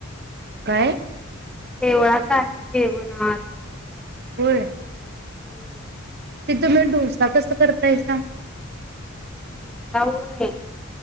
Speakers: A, on the right; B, in the centre.
A: काय
B: देवळात आहे जेवण आज
A: होय
B: हम्म
A: ते तुम्ही डोसा कस करतायसा
B: ोसामुळे